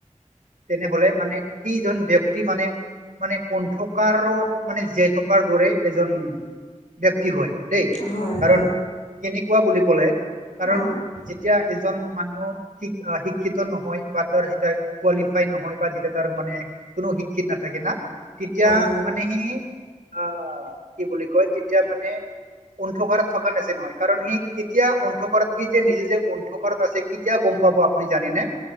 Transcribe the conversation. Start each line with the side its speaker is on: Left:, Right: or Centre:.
Right: তেনেহলে মানে ইজন ব্যক্তি মানে মানে অন্ধকাৰত মানে জীয়াই থকাৰ দৰে এজন ব্যক্তি হয় দেই
Left: হয়
Right: কাৰণ
Left: হয়
Right: কোৱা বুলি ক'লে
Left: অ',
Right: কাৰণ
Left: হয়,
Right: যেতিয়া এজন মানুহ শি শিক্ষিত নহয় বা তোৰ যেতিয়া কোৱালিফাই নহয় যেতিয়া তাৰ মানে কোনো শিক্ষিত নাথাকে না তেতিয়া
Left: হয়,
Right: মানে স আহ কি বুলি কয় তেতিয়া মানে অন্ধকাৰত থকা নিচিনা হয় কাৰণ সি কেতিয়া অন্ধকাৰত সি যে নিজে যে অন্ধকাৰত আছে কেতিয়া গম কেতিয়া গম পাব জানে নে